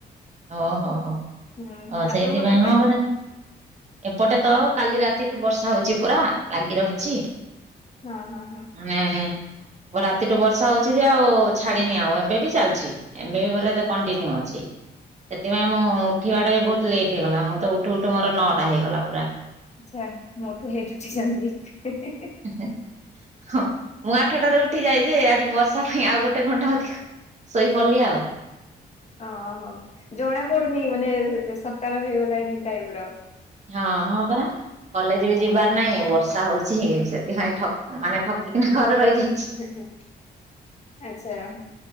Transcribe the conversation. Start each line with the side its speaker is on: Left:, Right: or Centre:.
Right: ଓହୋ ହୋ ଓ
Left: ହୁଁ ଆପଣଙ୍କ
Right: ସେଇଥିପାଇଁ
Left: ପଟେ?
Right: ହଁ ପରା ଏପଟେ ତ କାଲି ରାତିଠୁ ବର୍ଷା ହଉଛି ପୁରା ଲାଗି ରହିଛି
Left: ହଁ ହଁ ହଁ
Right: ମାନେ ବ ରାତିଠୁ ବର୍ଷା ହଉଛି ଯେ ଆଉ ଛାଡିିନି ଆଉ ଏବେ ବି ଚାଲିଛି ଏବେ ବି ପରା
Left: ଆଚ୍ଛା
Right: ତ କଣ୍ଟିନ୍ୟୁ
Left: ଆଚ୍ଛା
Right: ଅଛି ସେଥିପାଇଁ ମୁଁ ଉଠିବାଟା ବି ବହୁତ ଲେଟ୍ ହେଇଗଲା ମୁଁ ତ ଉଠୁ ଉଠୁ ମୋର ନଅଟା ହେଇଗଲା ପୁରା
Left: ଆଚ୍ଛା ମୋଠୁ ଲେଟେ ଉଠିଜନ୍ଦିହିଁ ହିଁ
Right: ହେଁ ହେଁ ହଁ ମୁଁ ଆଠଟାରେ ଉଠି ଯାଏ ଯେ ଆଜି ବର୍ଷା ପାଇଁ ଆଉ ଗୋଟେ ଘଣ୍ଟା ଅଧିକ ଶୋଇପଡିଲି ଆଉ
Left: ଓହୋ ଜଣା ପଡୁନି ମାନେ ସକାଳ ହେଇଗଲାଣି ଟାଇପ ର
Right: ହଁ ହଁ ପରା କଲେଜ ବି ଯିବାର ନାହିଁ ବର୍ଷା ହଉଛି ସେଥିପାଇଁ ଠ ମାନେ ଠକିକିନା ଘରେ ରହିଯାଇଛି
Left: ଆଚ୍ଛା